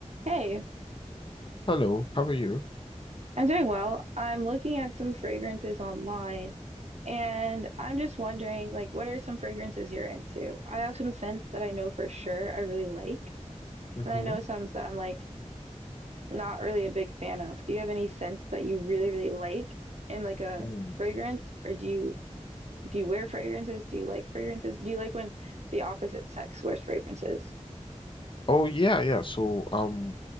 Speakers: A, on the right; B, on the left.
A: Hey,
B: Hello, how are you?
A: I'm doing well. I'm looking at some fragrances online and I'm just wondering like what are some fragrances you're into? I have some scents that I know for sure I really like,
B: Mm-hmm.
A: and I know some that I'm like not really a big fan of. Do you have any scents that you really really like in like a
B: Mm.
A: fragrance or do you do you wear fragrances? Do you like fragrances? Do you like when the opposite sex wears fragrances?
B: Oh yeah, yeah. So um